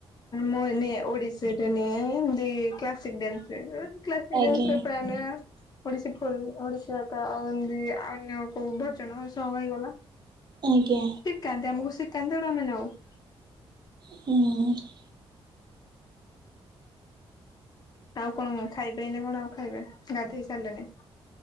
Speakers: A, on the left; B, on the right.
A: ମୁଁ ନିଏ ଓଡିଶୀରେ ନିଏ ବି କ୍ଲାସିକ ଡ୍ୟାନ୍ସରେ କ୍ଲାସସରପ୍ରାୟ
B: ଆଜ୍ଞା
A: ନିଏ। ଓଡିଶୀ ଫ ଓଡିଶୀ ଆ ଆଉ ଏମତି ଅନ୍ୟ କୋଉ ଭୋଜନସଂଗ ହୋଇଗଲା।
B: ଆଜ୍ଞା।
A: କାନ୍ଦେ ଆମକୁ ସେ କାନ୍ଦଟା ଆମେ ନୋଉ।
B: ହଁ।
A: ଆଉ କଣ ଖାଇବେଇନି କଣ ଆଉ ଖାଇବେ ଗାଧେଇ ସାରିଲେନି।